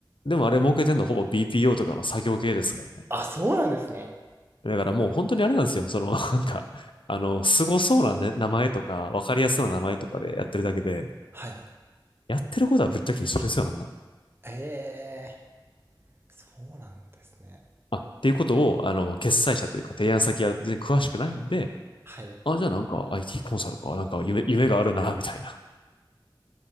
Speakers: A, on the left; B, on the right.
A: でもあれ儲けてんのほぼ BPO とかの作業系ですからね。
B: あ、そうなんですね。
A: だからもう本当にあれなんですよ。そのなんか、あの、凄そうな、ね、名前とか、わかりやすいな名前とかでやってるだけで、
B: はい。
A: やってることはぶっちゃけ一緒ですよ、あんな。
B: ええそうなんですね。
A: あ、っていうことを、あの、決裁者というか提案先は全然詳しくないんで、
B: はい。
A: あ、じゃあなんか IT コンサルか、なんか夢、夢があるな、みたいな。